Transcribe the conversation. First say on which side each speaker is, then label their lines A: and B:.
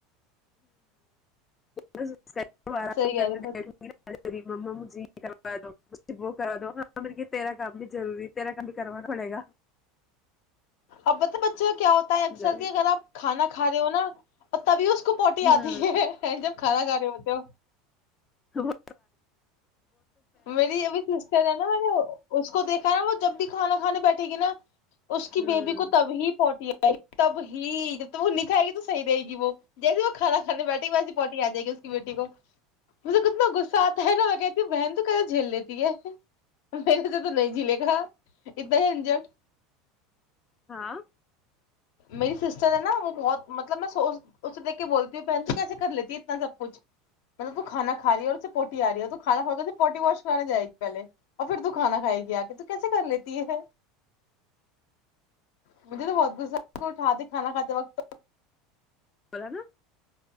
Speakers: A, on the left; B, on the left.
A: بس <inaudible> آرامنے
B: صحیح کہہ رہے
A: بیٹھی ناارےریب جی کرا دو کرا دو تیرا کام بھی ضروری تیرا کام بھی کرا ہول گا
B: اب تو بچ کیا ہوتا ہے اکثر
A: ضروری
B: کے اگر آ کھا کا ہو نا اور تبھی اس کو پوٹی
A: ہ
B: آتی ہے جب کھانا کھانا ہوتے ہو
A: خب
B: میری ابھی سسٹر ہے نا میں نے کو دیکھا نا وہ جب بھی کھانا کھے بیٹھے گی نا اس کی
A: ہوں
B: بیبی کو تبھی پوٹییا تب ہی جب تو وہ نکھائے گی تو صحی رہے گی وہ جیسے وہ کھانا کھانے بیٹھے گی ویس پوٹٹی آجائے گی اس کی بیٹی کو مجھے کتنا غصہ آتا ہے نا میں کہتی بہن تو جھیل لیتی ہے میر نے سے تو نہیں جھیلے گا اتنا ہی اجٹ
A: ہاں
B: میری سسٹر ہے نا وہ بہت مطلب میں س اسے دیک کے بولتی ہوں کیسے کر لیتی ہے اتنا سب کچھ مطلب تو کھانا کا رہی ہے اور پوٹی آ رہی ہے تو کھانا کھے پوٹی واش کرانا جائے گی پہلے اور پھر تو کھانا کھائے گی آ کے تو کیسے کر لیتی ہے مجھے تو بہت کو اٹھا دے کھانا کھاتے وقت
A: بولا نا